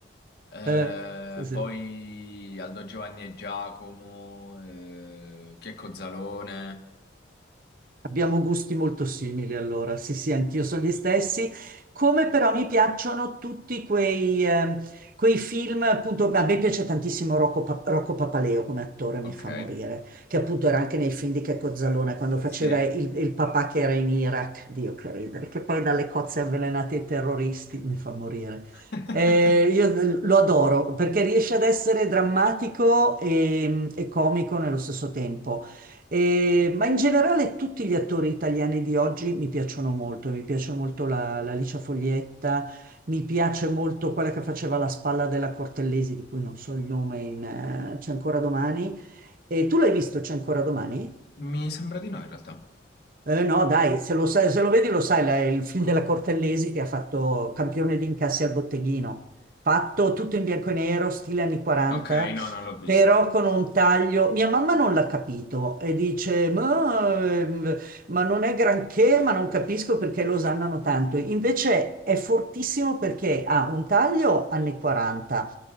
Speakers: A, on the left; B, on the right.
A: eh,
B: eh, sì, sì.
A: poi Aldo Giovanni e Giacomo, eh, Checco Zalone.
B: Abbiamo gusti molto simili allora, sì sì, anch'io sono gli stessi, come però mi piacciono tutti quei, eh, quei film, appunto, a me piace tantissimo Rocco, Pa- Rocco Papaleo come attore, mi
A: Ok,
B: fa morire, che appunto era anche nei film di Checco Zalone, quando faceva
A: sì.
B: il, il papà che era in Iraq, Dio che ridere, che poi dalle cozze avvelenate ai terroristi, mi fa morire.
A: <laughs>
B: Eh, io lo adoro perché riesce ad essere drammatico e e comico nello stesso tempo. Eh, ma in generale tutti gli attori italiani di oggi mi piacciono molto, mi piace molto la, la Licia Foglietta, mi piace molto quella che faceva la spalla della Cortellesi, di cui non so il nome, in, eh, C'è ancora domani. E tu l'hai visto C'è ancora domani?
A: Mi sembra di no in realtà.
B: Eh, no, dai, se lo, sai- se lo vedi lo sai, la- il film della Cortellesi che ha fatto campione di incassi al botteghino, fatto tutto in bianco e nero, stile anni 40,
A: Ok, no, non l'ho visto.
B: però con un taglio. Mia mamma non l'ha capito e dice, ma, ehm, ma non è granché, ma non capisco perché lo osannano tanto. Invece è fortissimo perché ha un taglio anni 40,